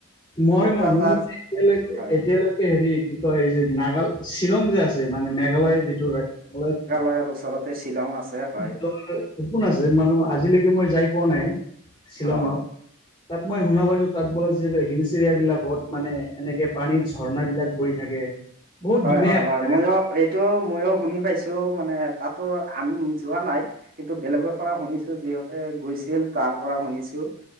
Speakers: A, on the left (about 20°); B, on the right (about 40°).
A: মই
B: কোকৰাঝাৰ
A: মানে এতিয়ালৈকে
B: হয়
A: এতিয়ালৈ হেৰি কি কয় যে নাগাল শ্বিলং যে আছে মানে মেঘালয় যিটো <unintelligible>
B: তাৰ ওচৰত। শ্বিলং আছে। হয়
A: <unintelligible> সপোন আছে মানে আজিলৈকে মই যাই পোৱা নাই শ্বিলঙত।
B: অ
A: তাত মই শুনা পাইছোঁ তাত বোলে যে হিলচ এৰিয়া বিলাকত মানে এনেকে পানীৰ ঝৰ্ণা বিলাক বৈ থাকে। বহুত
B: হয়-হয়-হয়,
A: ধুনীয়া এটা জেগা
B: মইয়ো এইটো ম‌ইয়ো শুনি পাইছোঁ মানে তাতো আমি যোৱা নাই। কিন্তু বেলেগৰ পৰা শুনিছোঁ। যিহঁতে গৈছিল তাৰ পৰা শুনিছোঁ।